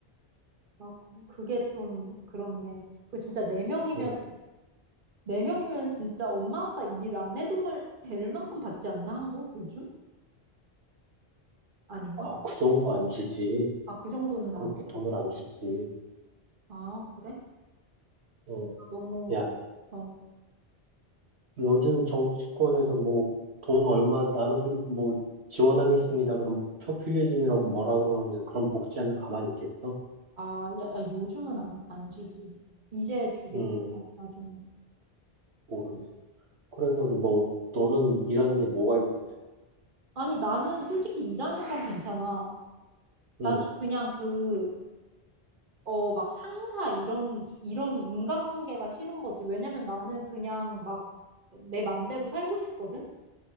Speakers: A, on the right (about 50°); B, on the right (about 75°).
A: 아, 그게 좀, 그렇네. 그 진짜 네 명이면,
B: 응.
A: 네 명이면 진짜 엄마 아빠 일 안 해도 말, 될 만큼 받지 않나, 한국 요즘? 아닌가?
B: 아, 그 정도 안 주지.
A: 아, 그 정도는
B: 그렇게
A: 아니야.
B: 돈을 안 주지.
A: 아, 그래?
B: 응.
A: 너무,
B: 야,
A: 어,
B: 요즘 정치권에서 뭐, 돈 얼마 나눠주기, 뭐, 지원하겠습니다. 그럼 포퓰리즘이라고 뭐라 그러는데, 그런 복지하면 가만히 있겠어?
A: 아, 야, 야, 요즘은 안, 안 주지. 이제 주겠다,
B: 응,
A: 나중에.
B: 모르겠어. 그래서 뭐, 너는 일하는 게 뭐가 힘든데.
A: 아니, 나는 솔직히 일하는 건 괜찮아. 나는
B: 응,
A: 그냥 그, 어, 막 상사 이런, 이런 인간관계가 싫은 거지. 왜냐면 나는 그냥 막 내 맘대로 살고 싶거든?